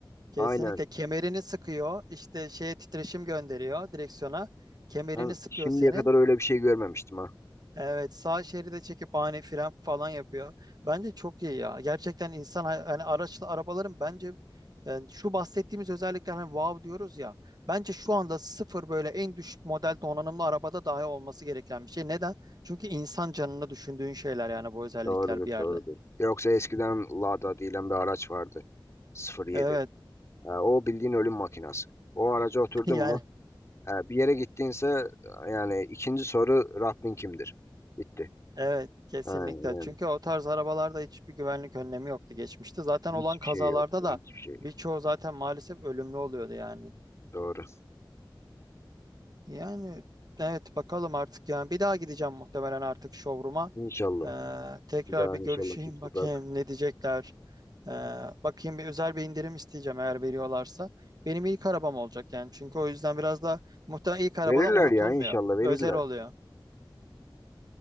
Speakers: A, on the right; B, on the left.
A: Kesinlikle
B: Aynen.
A: kemerini sıkıyor. işte şeye titreşim gönderiyor direksiyona. Kemerini
B: Ben
A: sıkıyor
B: şimdiye
A: senin.
B: kadar öyle bir şey görmemiştim ha.
A: Evet sağ şeride çekip ani fren falan yapıyor. Bence çok iyi ya. Gerçekten insan hani araçlı arabaların bence yani şu bahsettiğimiz özellikler hani wow diyoruz ya. Bence şu anda sıfır böyle en düşük model donanımlı arabada dahi olması gereken bir şey. Neden? Çünkü insan canını düşündüğün şeyler yani bu özellikler
B: Doğrudur,
A: bir yerde.
B: doğrudur. Yoksa eskiden Lada diyen bir araç vardı. 07.
A: Evet
B: E, o bildiğin ölüm makinası. O araca oturdun
A: <laughs> yani
B: mu? e, bir yere gittiğinse yani ikinci soru Rabbin kimdir? Bitti.
A: Evet, kesinlikle.
B: Aynen. yani.
A: Çünkü o tarz arabalarda hiçbir güvenlik önlemi yoktu geçmişte. Zaten
B: Hiçbir
A: olan kazalarda
B: şey yoktu.
A: da
B: Hiçbir şey.
A: birçoğu zaten maalesef ölümlü oluyordu yani.
B: Doğru.
A: Yani evet bakalım artık yani bir daha gideceğim muhtemelen artık showroom'a.
B: İnşallah.
A: Ee, tekrar
B: Bir daha
A: bir
B: inşallah
A: görüşeyim
B: git
A: <laughs> bakayım
B: bak.
A: ne diyecekler. Ee, bakayım bir özel bir indirim isteyeceğim eğer veriyorlarsa. Benim ilk arabam olacak yani. Çünkü o yüzden biraz da muhtemelen ilk arabalar
B: Verirler
A: unutulmuyor.
B: ya inşallah verirler.
A: Özel oluyor.